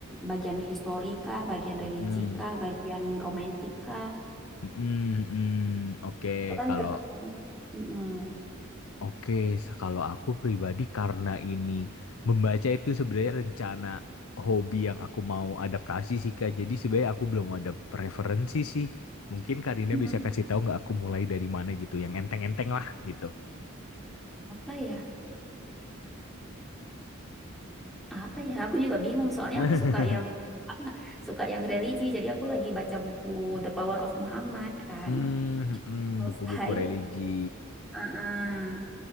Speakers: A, in the centre; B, on the left.
A: bagian historika, bagian
B: Hmm,
A: religi
B: hmm,
A: kah, bagian romantika.
B: hmm, hmm, hmm. Oke,
A: Itu kan
B: kalau
A: tergantung. Mm-mm.
B: Oke, se- kalau aku pribadi karena ini membaca itu sebenarnya rencana hobi yang aku mau adaptasi sih Kak. Jadi sebenarnya aku belum ada preferensi sih. Mungkin Karina
A: Mm-mm.
B: bisa kasih tahu nggak aku mulai dari mana gitu, yang enteng-enteng lah gitu.
A: Apa ya? apa ya aku juga bingung soalnya
B: <laughs>
A: aku suka yang <clears throat> suka yang religi jadi aku lagi baca buku The Power of Muhammad kan
B: Hmm, hmm,
A: selesai
B: buku-buku religi.
A: Heeh.